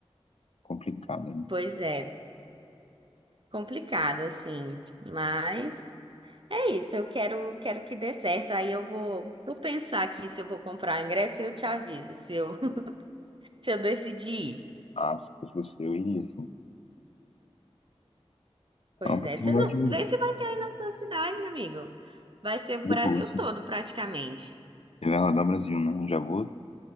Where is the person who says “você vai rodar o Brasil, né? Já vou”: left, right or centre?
Left